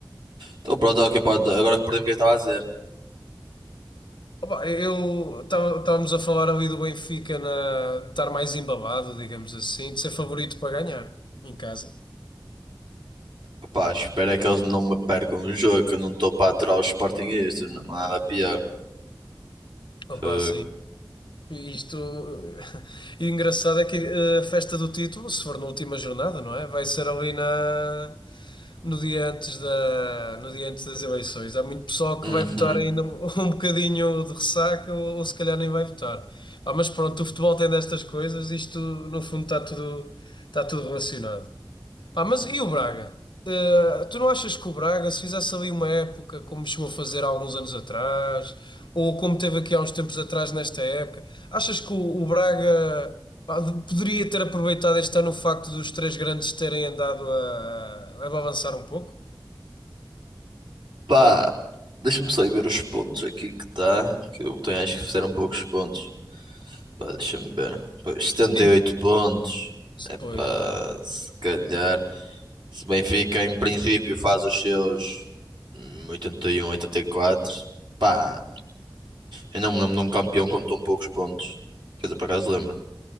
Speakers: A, on the right; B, on the left.
A: Então pronto, é o que pode. Agora perdi o que eu estava a dizer.
B: Opa, eu tá, estávamos a falar ali do Benfica na, de estar mais embabado, digamos assim, de ser favorito para ganhar em casa.
A: Epá, espero é que eles não me percam o jogo, que eu não estou para aturar os Sportingistas, não há nada pior. Foi.
B: Opa, sim. Isto, eh, <laughs> e o engraçado é que eh, a festa do título, se for na última jornada, não é? Vai ser ali na, no dia antes da, no dia antes das eleições. Há muito pessoal
A: Uhum.
B: que vai votar ainda um <laughs> um bocadinho de ressaca ou, ou se calhar nem vai votar. Ah, mas pronto, o futebol tem destas coisas, isto no fundo está tudo, está tudo relacionado. Pá, mas e o Braga? Eh, tu não achas que o Braga, se fizesse ali uma época como chegou a fazer há alguns anos atrás, ou como teve aqui há uns tempos atrás nesta época, achas que o, o Braga pá, de- poderia ter aproveitado este ano o facto dos três grandes terem andado a, a avançar um pouco?
A: Pá, deixa-me só ir ver os pontos aqui que está. Que eu tenho, acho que fizeram poucos pontos. Pá, deixa-me ver. Pois, 78
B: Sim,
A: pontos. É pá,
B: pois, exato.
A: se calhar. Se o Benfica, em princípio, faz os seus hum, 81, 84. Pá, eu não me lembro de um campeão com tão poucos pontos. Quer dizer, por acaso lembro-me.